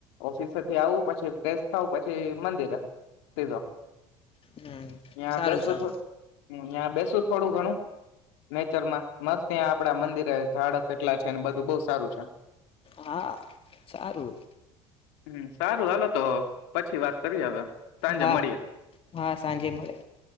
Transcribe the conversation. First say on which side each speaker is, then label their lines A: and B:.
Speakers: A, on the left; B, on the left.
A: ઓફિસ આવું પછી ફેશ થઉું પછી મંદિર સીધો
B: હમ
A: <unintelligible>
B: સારું
A: બેસું
B: સારું
A: <unintelligible> બેસું થોડું ઘણું નેચરમાં મસ્ત ત્યાં આપડા મંદિરે ઝાડ કેટલા છે, બધું બઉુ સારું છે.
B: હા સારું
A: હમ સારું હાલો તો પછી વાત કરી હવે સાંજે
B: હા
A: મળીએ
B: હા સાંજે મળે